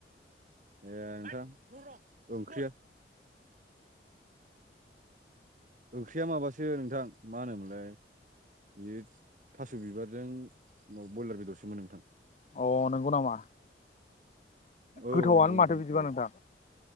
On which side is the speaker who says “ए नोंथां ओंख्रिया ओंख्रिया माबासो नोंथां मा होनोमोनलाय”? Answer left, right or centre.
Right